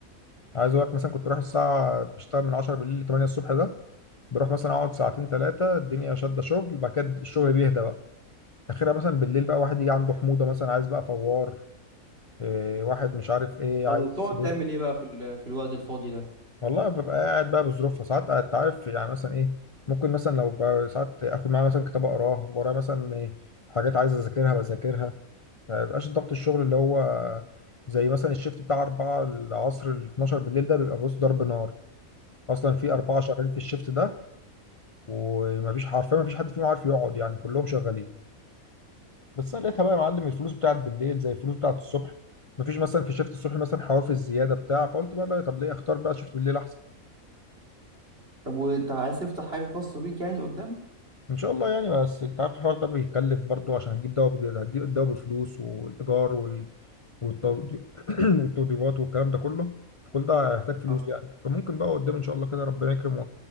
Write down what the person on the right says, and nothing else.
طب
وبتقعد
تعمل ايه بقى في ال... في الوقت الفاضي ده
طب وانت عايز تفتح حاجة خاصة بيك يعني قدام
اه